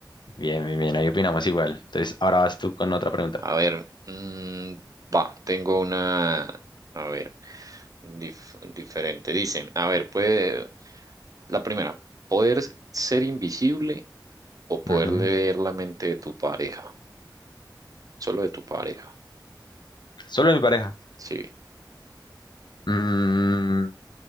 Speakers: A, on the left (about 75°); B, on the right (about 50°).
A: Bien, bien, bien, ahí opinamos igual. Entonces, ahora vas tú con otra pregunta.
B: A ver, mm, va, tengo una, a ver, dif- diferente. Dice, a ver, puede, la primera, poder ser invisible o poder
A: Ujú.
B: leer la mente de tu pareja, solo de tu pareja.
A: Solo de mi pareja.
B: Sí,
A: Mm,